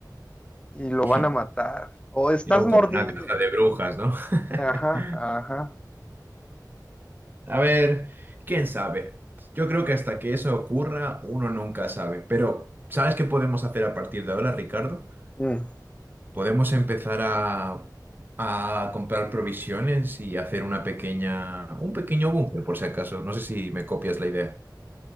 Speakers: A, on the left (about 15°); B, on the right (about 25°).
A: y lo
B: <laughs>
A: van a matar o estás
B: Y no
A: mordido.
B: como una caja de brujas, ¿no? <laughs>
A: Ajá, ajá.
B: A ver, quién sabe. Yo creo que hasta que eso ocurra, uno nunca sabe. Pero, ¿sabes qué podemos hacer a partir de ahora, Ricardo?
A: mm.
B: Podemos empezar a, a comprar provisiones y hacer una pequeña, un pequeño búnker, por si acaso. No sé si me copias la idea.